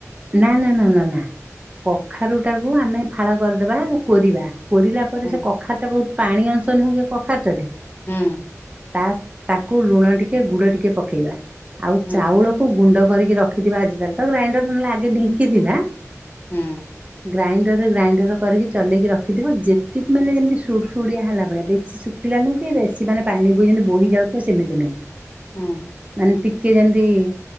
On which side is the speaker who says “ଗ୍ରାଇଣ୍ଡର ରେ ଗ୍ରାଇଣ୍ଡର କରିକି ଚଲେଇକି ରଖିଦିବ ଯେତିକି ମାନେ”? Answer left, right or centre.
Right